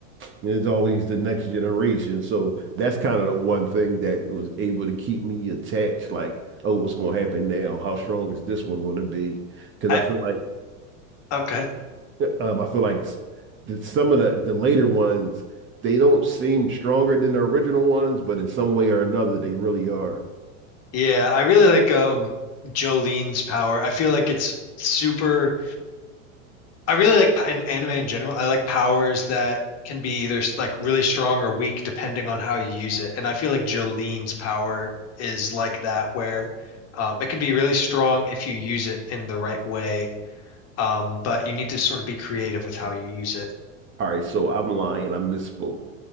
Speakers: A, on the right; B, on the left.
A: it's always the next generation. So that's kind of the one thing that was able to keep me attached. Like, oh, what's going to happen now? How strong is this one going to be? Because
B: I
A: I feel like
B: okay.
A: um, I feel like s- that some of the the later ones they don't seem stronger than the original ones, but in some way or another they really are.
B: Yeah, I really like um Jolene's power. I feel like it's super I really like p- in anime in general. I like powers that can be either s- like really strong or weak depending on how you use it. And I feel like Jolene's power is like that where um it can be really strong if you use it in the right way. Um but you need to sort of be creative with how you use it.
A: All right, so I'm lying. I misspoke.